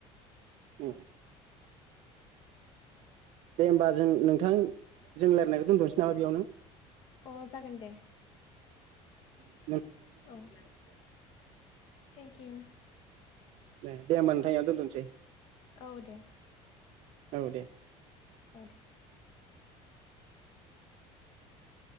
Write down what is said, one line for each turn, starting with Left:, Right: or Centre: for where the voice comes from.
Right: औ दे होमबा जों नोंथां जों रायलायनायखौ दोनथ'नोसै नामा बेयावनो
Left: औ अ जागोन दे।
Right: औ
Left: ओम थेंक इउ
Right: दे दे होमबा नोंथां इयावनो दोन्थ'सै
Left: औ दे
Right: औ दे।
Left: औ